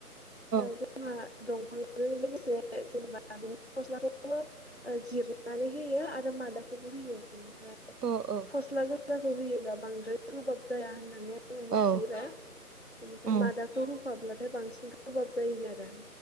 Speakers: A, on the right; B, on the left.
A: औ
B: ओ जोंहा दंफांजों लोगोसे जेनेबा बिनि मस्लाखौ जिरनानै होयो आरो मादों खौबो होयो इनिफ्राय
A: अ' औ
B: फस्ला गोजाखौ होयोब्ला बांद्राय गोबाब जाया होननानै ओ मिथियोना
A: औ
B: बेनिफ्राय
A: उम
B: मादाखौ होफाब्लाथाय बांसिन गोबाब जायोनो आरो।